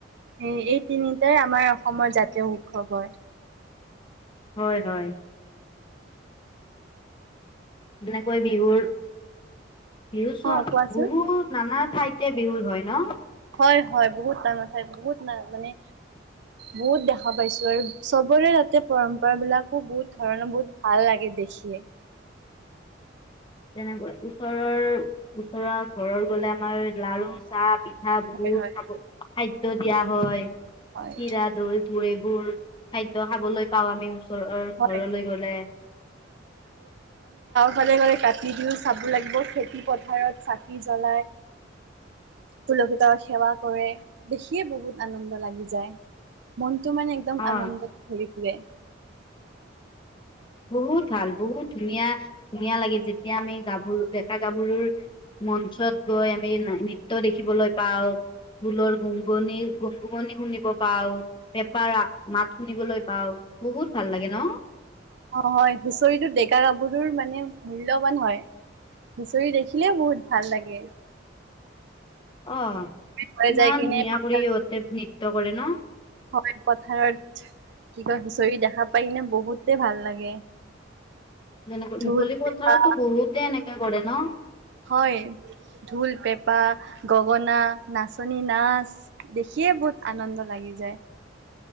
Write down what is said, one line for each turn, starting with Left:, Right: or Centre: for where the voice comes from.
Right: এই এই তিনিটাই আমাৰ অসমৰ জাতীয়, উৎসৱ হয়।
Left: হয় হয়। যেনেকৈ বিহুৰ, বিহু চোৱা
Right: অ' কোৱাচোন?
Left: বহুত নানা ঠাইতে বিহু হয় ন
Right: হয় হয় বহুত মানুহ ঠাইত বহুত ন মানে বহুত দেখা পাইছো আৰু চবৰে তাতে পৰম্পৰা বিলাকো বহুত ধৰণৰ বহুত ভাল লাগে দেখিয়।
Left: তেনেকৈ ওচৰৰ ওচৰৰ ঘৰৰত গলে আমাৰ লাৰু, চাহ, পিঠা বহুত
Right: হয় হয়।
Left: খাব খাদ্য- টো দিয়া হয়য।
Right: হয়
Left: চিৰা, দৈবোৰ, এইবোৰ খাদ্য খাবলৈ পাও আমি ওচৰৰ
Right: হয়।
Left: ঘৰলৈ গলে।
Right: কলে গলে কাটি কিনি চাব লাগিব খেতি পথাৰত চাকি জ্বলাই তুলসীতলত সেৱা কৰে দেখিয়ে বহুত আনন্দ লাগি। যাই মন টো মানে একদম
Left: অ
Right: আনন্দত ঘৰি ফুৰে
Left: বহুত ভাল বহুত ধুনীয়া ধুনীয়া লাগে যেতিয়া আমি গাভৰু ডেকা গাভৰুৰ মঞ্চত, গৈ আমি দেখিবলৈ পাও ঢোলৰ, গুণগুনি গুপগুপণি শুনিব পাও পেপাৰ, মাত শুনিবলৈ পাও বহুত ভাল লাগে ন
Right: অ হয় হুঁচৰিটো ডেকা, গভৰুৰ, মানে মূল্যবান হয় হুচৰি দেখিলে বহুত ভাল লাগে।
Left: অ
Right: হৈ
Left: ইমান
Right: যাই কিনে
Left: ধুনীয়া
Right: পথাৰ
Left: কৰি সিহঁতে নৃত্য কৰে ন
Right: হয় পথাৰত কি কয় হুচৰি দেখা পাই ন বহুতে ভাল লাগে।
Left: যেনেকে
Right: ঢোল
Left: মুকলি পথাৰতো
Right: পেঁপা
Left: বহুতে এনেকে কৰে। ন
Right: হয় ঢোল, পেঁপা, গগনা, নাচনী, নাচ দেখিয়ে বহুত আনন্দ লাগি যায়।